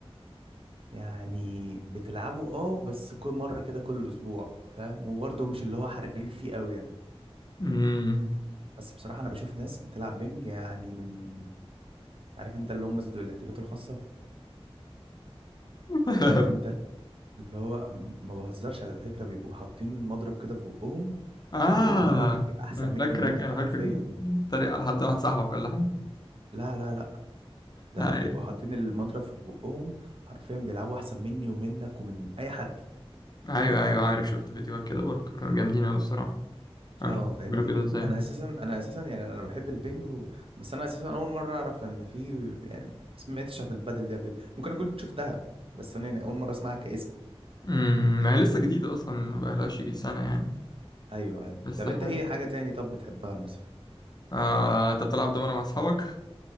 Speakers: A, on the right (about 60°); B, on the left (about 40°).
A: يعني بتلعبه اه بس كل مره كده كل اسبوع فاهم وبرضو مش اللي هو حريف فيه قوي يعني
B: امم
A: بس بصراحه انا بشوف ناس بتلعب بينج يعني من عارف انت اللي هم ذو الاحتياجات الخاصه
B: <laughs>
A: عارف انت اللي هو م- ما بهزرش على فكره بيبقوا حاطين المضرب كده في بقهم
B: اه
A: وبيلعبوا بينج احسن
B: انا فاكرك
A: مني ومنك
B: انا
A: حرفيا
B: فاكرك بتتريق على حد واحد صاحبك ولا حاجه
A: لا لا لا ده
B: ايوه
A: بيبقوا حاطين المضرب في بقهم حرفيا بيلعبوا احسن مني ومنك ومن اي حد
B: ايوه ايوه عارف شفت فيديوهات كده برضه كانوا جامدين قوي الصراحه انا
A: اه
B: مش عارف
A: فاهمني
B: بيعملوا كده ازاي
A: انا اساسا انا اساسا يعني انا بحب البينج و... بس انا اساسا اول مره اعرف ان في يعني ما سمعتش عن البادل دي قبل كده. ممكن اكون شفتها بس انا يعني اول مره اسمعها كاسم
B: امم ما هي لسه جديده اصلا ما بقالهاش يجي سنه يعني
A: ايوه ايوه
B: لسه
A: طب انت
B: حلو
A: ايه حاجه تاني طب بتحبها مثلا
B: آه انت بتلعب دومنه مع اصحابك